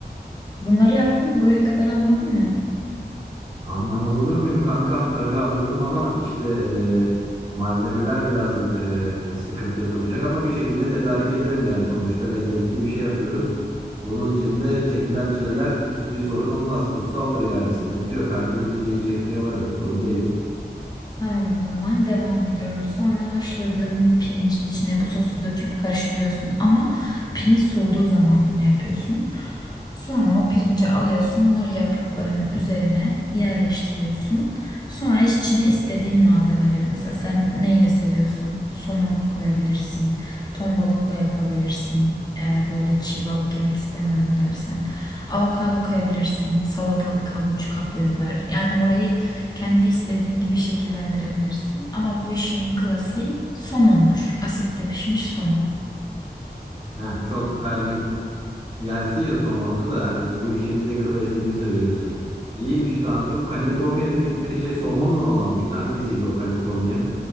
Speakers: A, on the left (about 25°); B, on the right (about 30°).
A: Bunları yaptın mı? buraya kadar anladın mı?
B: Anlamaz olur muyum kankam? Tabii anladım ama işte e, malzemeler biraz e, sıkıntıya sokacak ama bir şekilde tedarik ederim yani sonuçta lezzetli bir şey yapıyoruz. Bunun içinde çekilen çileler hiçbir sorun olmaz. Kutsaldır yani sıkıntı yok. Her türlü çileyi çekmeye varım. Sorun değil.
A: Tamam o zaman devam ediyorum. Sonra haşladığın pirincin içine bu sosu döküp karıştırıyorsun. Ama pirinç soğuduğu zaman bunu yapıyorsun. Sonra o pirinci alıyorsun, nori yapraklarının üzerine yerleştiriyorsun. Sonra içine istediğin malzemeleri mesela sen neyle seviyorsan somon koyabilirsin, ton balıkla yapabilirsin. Eğer böyle çiğ balık yemek istemiyorum dersen avokado koyabilirsin, salatalık, havuç, kapya biber. Yani orayı kendi istediğin gibi şekillendirebilirsin. Ama bu işin klasiği somondur. Asitte pişmiş somon.
B: Ha, çok her gün yersin ya somonu da e, bu işin bir de klasiğini söylüyorsun. İyiymiş kanka. Bu Kaliforniya dedikleri şey somonla olan mıydı? Hangisiydi o Kaliforniya?